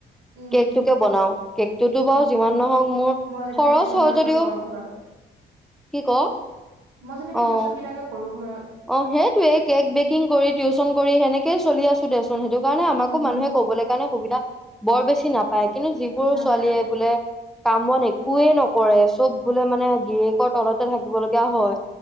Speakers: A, on the right (about 80°); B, in the centre.
A: উম।
B: কেকটোকে বনাও কেকটোতো
A: উম
B: বাৰু যিমান নহক মোৰ
A: মই যেনিবা
B: খৰচ
A: টিউচন
B: হয়
A: কেইটাকে
B: যদিও
A: কৰো ঘৰত।
B: কি ক?
A: মই যেনিবা
B: অ
A: টিউশচন কেইটাকে কৰো ঘৰত।
B: অ সেইটোৱে কেক বেকিং কৰি টিউচন কৰি সেনেকে চলি আছো দেচোন সেইটো। সেইকাৰণে আমাকো
A: উম
B: মানুহে কবলৈ কাৰণে সুবিধা বৰ বেছি নাপায়। কিন্তু যিবোৰ
A: নাপায়
B: ছোৱালীয়ে বোলে কাম বন একোৱেই নকৰে। চব বোলে মানে, গিৰিয়েকৰ তলতে থাকিব লগীয়া হয়।